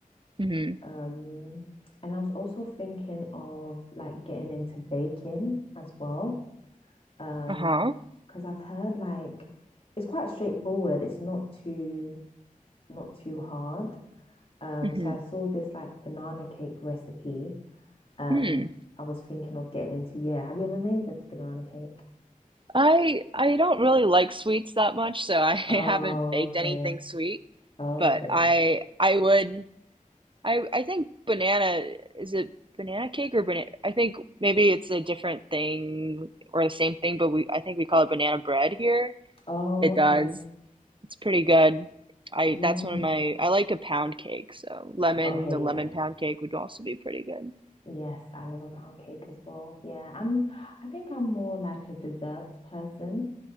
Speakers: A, on the right; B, on the left.
A: Mm-hmm.
B: Um, and I was also thinking of like getting into baking as well. Um,
A: Uh-huh.
B: because I've heard like it's quite straightforward. It's not too not too hard. Um,
A: Mm-hmm.
B: so I saw this like banana cake recipe. Um,
A: Hmm.
B: I was thinking of getting into. Yeah, have you ever made the banana cake?
A: I I don't really like sweets that much, so I <laughs> haven't
B: Oh,
A: baked
B: okay.
A: anything sweet,
B: Okay.
A: but I I would I I think banana is it banana cake or banana I think maybe it's a different thing or the same thing, but we I think we call it banana bread here.
B: Oh,
A: It
B: okay.
A: does. It's pretty good. I
B: Yeah.
A: that's one of my I like a pound cake, so lemon,
B: Okay,
A: the lemon
B: yeah.
A: pound cake would also be pretty good.
B: Yes, I love a pound cake as well. Yeah, I'm I think I'm more like a desserts person.